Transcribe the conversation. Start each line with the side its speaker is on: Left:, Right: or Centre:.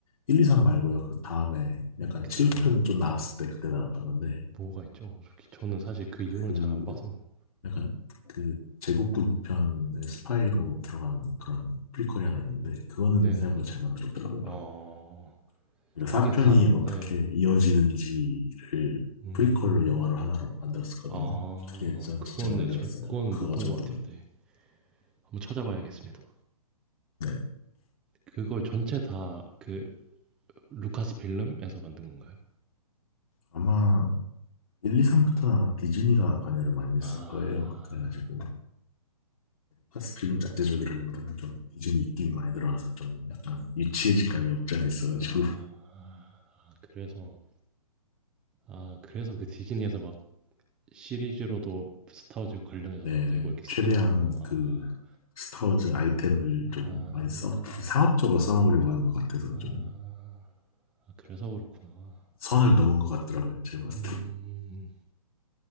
Left: 1, 2, 3 말고요. 그 다음에 약간
Centre: 그다음에
Left: 7편 좀 나왔을 때 그때 나왔던 건데
Centre: 뭐가 있죠? 솔직히 저는 사실 그 이후로는
Left: 그
Centre: 잘 안 봐서.
Left: 약간 그 제국군 편의 스파이로 들어가는 그런 프리퀄이 하나 있는데 그거는
Centre: 네네.
Left: 생각보다 잘 만들었더라고요.
Centre: 어.
Left: 그 사편이
Centre: 그게 다
Left: 어떻게
Centre: 네.
Left: 이어지는지를
Centre: 음.
Left: 프리퀄로 영화로 하나로 만들었었거든요.
Centre: 아.
Left: 그게 전
Centre: 그건
Left: 진짜 마음에
Centre: 네
Left: 들었어요.
Centre: 제 그거는
Left: 그거
Centre: 못 본
Left: 정도는.
Centre: 것 같아요. 네. 한번 찾아봐야겠습니다.
Left: 네.
Centre: 그걸 전체 다 그 루카스필름에서 만든 건가요?
Left: 아마 1, 2, 3부터는 아마 디즈니가 관여를 많이 했을
Centre: 아.
Left: 거예요. 그래가지고 파스필름 자체적이라기보다는 좀 디즈니 입김이 많이 들어와서 좀 약간 유치해진 감이 없지 않아 있어가지고
Centre: 아. 그래서 아 그래서 그 디즈니에서 막 시리즈로도 스타워즈 관련해서
Left: 네,
Centre: 만들고 이렇게 스핀오프로
Left: 최대한
Centre: 아.
Left: 그 스타워즈 아이템을
Centre: 아.
Left: 좀 많이 써, 상업적으로 써먹으려고 하는 것 같아서
Centre: 아.
Left: 좀
Centre: 아 그래서 그렇구나.
Left: 선을 넘은 것 같더라고요. 제가 봤을
Centre: 음.
Left: 때.